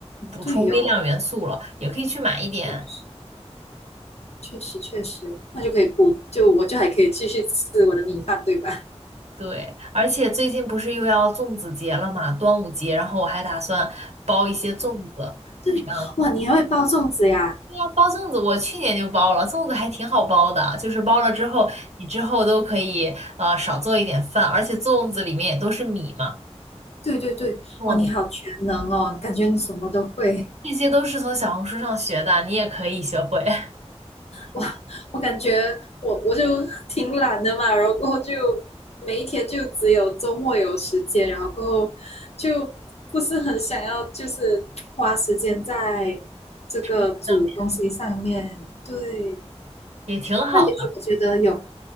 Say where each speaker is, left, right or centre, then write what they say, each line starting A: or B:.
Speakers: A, on the right; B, on the left.
A: 补充微量元素了，
B: 对哦，
A: 也可以去买一点。
B: 确实确实确实，那就可以补，就我就还可以继续吃我的米饭，对吧？
A: 对，而且最近不是又要粽子节了嘛，端午节，然后我还打算包一些粽子，
B: 对，
A: 这样。
B: 哇，你还会包粽子呀？
A: 对啊，包粽子我去年就包了，粽子还挺好包的，就是包了之后，你之后都可以呃少做一点饭，而且粽子里面也都是米嘛，
B: 对对对，
A: 糯米，
B: 哇，你好全能哦，感觉你什么都会。
A: 这些都是从小红书上学的，你也可以学会，<laughs>
B: 哇，我感觉我我就挺懒的嘛，然后过后就每一天就只有周末有时间，然后过后就不是很想要，就是花时间在这个煮东西上面。
A: 那
B: 对，
A: 也挺好的。
B: 那也许我觉得有